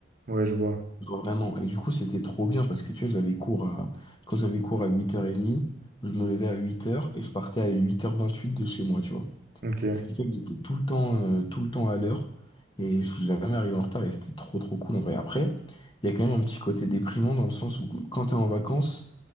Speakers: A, on the right; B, on the left.
A: Ouais, je vois.
B: Genre, Vraiment. Et du coup, c'était trop bien parce que tu vois, j'avais cours à... quand j'avais cours à 8h30, je me levais à huit heures et je partais à huit heures vingt-huit de chez moi, tu vois.
A: Ok.
B: Ce qui fait que j'étais tout le temps, euh, tout le temps à l'heure et je suis jamais arrivé en retard et c'était trop, trop cool en vrai. Après, il y a quand même un petit côté déprimant dans le sens où quand t'es en vacances,